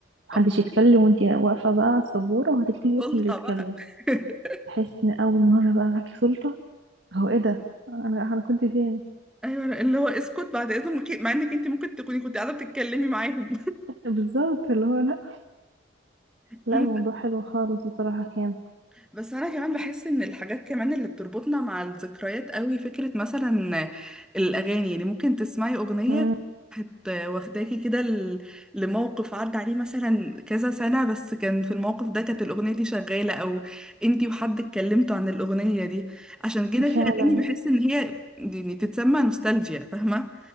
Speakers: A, on the right; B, in the centre.
A: محدش
B: <laughs> آه،
A: يتكلم وانتي واقفة بقى على السبورة وهتكتبي
B: سلطة
A: اسم اللي يتكلم
B: بقى <laughs>
A: تحسي ان اول مرة بقى معاكي سلطة هو ايه ده انا انا كنت فين
B: ايوه اللي هو اسكت بعد اذنك مع انك انت ممكن تكوني كنت قاعدة بتتكلمي معاهم
A: بالظبط اللي هو لا لا
B: <laughs>
A: الموضوع حلو خالص بصراحة كان
B: بس انا كمان بحس ان الحاجات كمان اللي بتربطنا مع الذكريات قوي فكرة مثلا الاغاني يعني ممكن تسمعي اغنية
A: مم.
B: هت واخداكي كده ل- لموقف عدى عليه مثلا كذا سنة بس كان في الموقف ده كانت الاغنية دي شغالة او انتي وحد اتكلمتوا عن الاغنية دي عشان كده في
A: فعلا
B: اغاني بحس ان هي يعني تتسمى نوستالجيا فاهمة